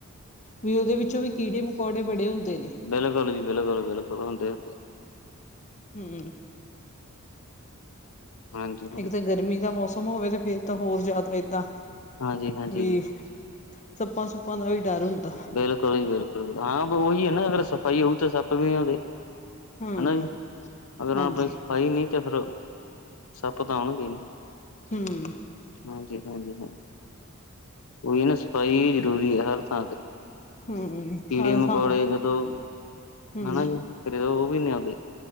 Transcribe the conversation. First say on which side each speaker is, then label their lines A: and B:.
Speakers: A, on the left; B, on the left.
A: ਵੀ ਉਹਦੇ ਵਿੱਚੋਂ ਵੀ ਕੀੜੇ-ਮਕੌੜੇ ਬੜੇ ਹੁੰਦੇ ਨੇ।
B: ਬਿੱਲਕੁਲ ਜੀ ਬਿੱਲਕੁਲ- ਬਿਲਕੁਲ ਹੋਦੇ ਹੁੰਦੇ ਐ।
A: ਹੂੰ,
B: ਹਾਂਜੀ, ਹਾਂਜੀ,
A: ਇੱਕ ਤਾਂ ਗਰਮੀ ਦਾ ਮੌਸਮ ਘੁਮਾਉਂਦੇ ਤਾਂ ਫੇਰ ਤਾਂ ਹੋਰ ਜ਼ਿਆਦਾ ਏਦਾਂ,
B: ਹਾਂਜੀ, ਹਾਂਜੀ
A: ਵੀ ਸੱਪਾਂ- ਸੁੱਪਾਂ ਦਾ ਵੀ ਡਰ ਹੁੰਦਾ।
B: ਬਿੱਲਕੁਲ ਜੀ ਬਿੱਲਕੁਲ ਹਾਂ ਉਹੀ ਹੈ ਨਾ ਅਗਰ ਸਫ਼ਾਈ ਹੋਊ ਤਾਂ ਫਿਰ ਸੱਪ ਵੀ ਨੀ ਆਂਦੇ।
A: ਹਮ
B: ਹਨਾ ਜੀ, ਹੁਣ ਅਗਰ
A: ਹਾਂਜੀ
B: ਆਪਣੀ ਸਫਾਈ ਨਈ ਤੇ ਫਿਰ, ਸੱਪ ਤਾਂ ਆਉਣਗੇ ਨਾ।
A: ਹਮ
B: ਹਾਂ ਚੈਕ ਨੂੰ <unintelligible> ਲੋ। ਉਹੀ ਨਾ ਸਫਾਈ ਜ਼ਰੂਰੀ ਆ ਹਰ ਥਾਂ ਤੇ।
A: ਹਮ
B: ਕੀੜੇ-
A: ਹਰ ਸਾਲ
B: ਮਕੌੜੇ ਜਦੋ ਮਤਲਬ
A: ਹਮ
B: ਹਨਾ ਜੀ, ਫਿਰ ਉਹ ਵੀ ਨੀ ਆਉਦੇ।